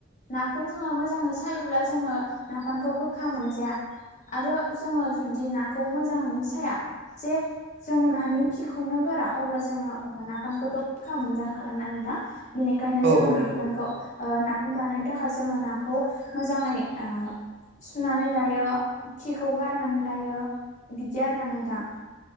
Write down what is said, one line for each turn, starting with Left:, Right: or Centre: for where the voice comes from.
Left: नाखौ जोङो मोजाङै सायोब्ला जोङो नाफानखौ गोखा मोनजाया। आरो जोङो जुदि नाखौ मोजाङैनो साया जे जोङो ना नानि खिखौनो गारा अब्ला जोङो नाफानखौथ'खा मोनजाखागोन ना नोंथां। बिनिखायनो
Right: औ
Left: जों
Right: औ
Left: नफानखौ
Right: नंगौ
Left: ओ नाफाम बानायनो थाखाय जोङो नाखौ मोजाङै ओ सुनानै लायो खिखौ गारनानै लायो बिदि आरोना नोंथां।